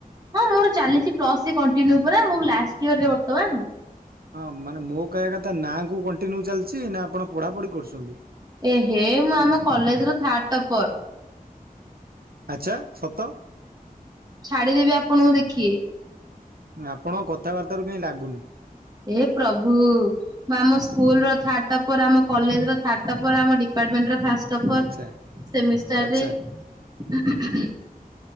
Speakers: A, on the right; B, on the right.
A: ହଁ ମୋର ଚାଲିଛି ପ୍ଲସଥ୍ରି କଣ୍ଟିନ୍ୟୁ ପୁରା ମୁଁ ଲାଷ୍ଟ ଇୟର ରେ ବର୍ତ୍ତମାନ
B: ହଁ ମାନେ ମୋ କହିବା କଥା ନାକୁ କଣ୍ଟିନ୍ୟୁ ଚାଲିଛି ନା ଆପଣ ପଢାପଢି କରୁଛନ୍ତି?
A: ଏ ହେ ମୁଁ ଆମ କଲେଜ ର ଥାର୍ଡ ଟପର୍।
B: ଆଚ୍ଛା ସତ?
A: ଛାଡି ଦେବି ଆପଣଙ୍କୁ ଦେଖିଏ?
B: ଆପଣଙ୍କ କଥାବାର୍ତ୍ତାରୁ କହିଁ ଲାଗୁନି।
A: ଏ ପ୍ରଭୁ। ଆମ ସ୍କୁଲ ର ଥାର୍ଡ ଟପର ଆମ କଲେଜ ର ଥାର୍ଡ ଟପର ଆମ ଡିପାର୍ଟମେଣ୍ଟ ର ଫାଷ୍ଟ ଟପର
B: ଆଚ୍ଛା
A: ସେମିଷ୍ଟାର
B: ଆଚ୍ଛା।
A: ରେ ହୁଁ ହୁଁ ହୁଁ